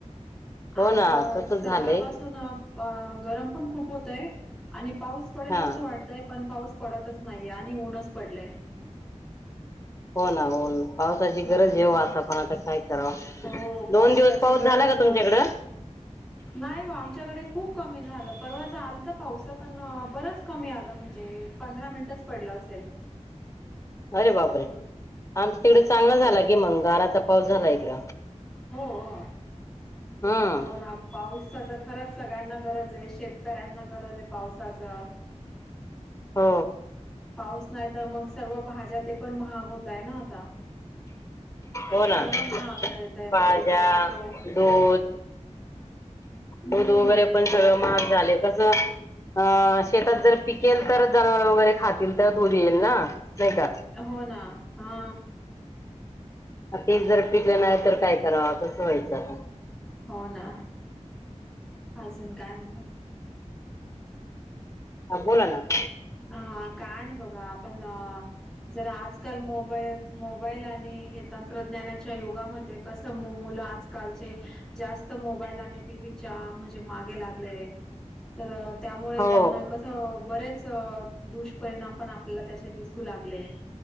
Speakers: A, on the left; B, in the centre.
A: हो
B: आज
A: ना तसच
B: सकाळपासून
A: झालंय.
B: अ गरम पण खूप होतय आणि पाऊस पडेल
A: हा
B: असं वाटतंय पण पाऊस पडतच नाहीये आणि ऊनच पडलंय.
A: हो ना हो ना पावसाची
B: हम्म
A: गरज आहे ओ आता पण आता काय करावा.
B: हो पावसाची
A: दोन दिवस पाऊस
B: गरज
A: झाला का
B: अ,
A: तुमच्याकडं?
B: नाही व आमच्याकडे खूप कमी झालं परवा झ आलत पाऊस पण बरंच कमी आलं म्हणजे पंधरा मिनिटच पडलं असेल.
A: अरे बापरे आमच्या इकडे चांगला
B: हो
A: झाला की मंग गाराचा पाऊस झाला इकड.
B: हो हो
A: हम्म.
B: हो ना पाऊसाचा खरंच सगळ्यांना गरज ये शेतकऱ्यांना गरज ये पावसाचा
A: हो
B: पाऊस नाही तर मग सर्व भाज्या ते पण महाग होतय ना आता
A: हो
B: सर्व
A: ना
B: महाग मिळतय
A: भाज्या,
B: म्हणजे टोमॅटो
A: दूध
B: हम्म
A: दूध वगैरे पण सगळं महाग झाले तसं अ शेतात जर पिकेल तर जनावर वगैरे खातील तर दूध येईल ना. नाही का
B: हो ना हा.
A: ते जर पिकलं नाही तर काय करावं कसं व्हायचं आता.
B: हो ना अजून कायं मगं?
A: हा बोला ना.
B: हा काय नाही बघा आपण जरा आज आजकाल मोबाईल मोबाईल आणि हे तंत्रज्ञानाच्या युगामध्ये कसं मु मुलं आजकालचे जास्त मोबाईल आणि टीव्हीच्या म्हणजे मागे लागलेय तरं त्यामुळे
A: हो
B: त्यांना कसं बरेचं दुष्परिणाम पण आपल्याला त्याचे दिसू लागले.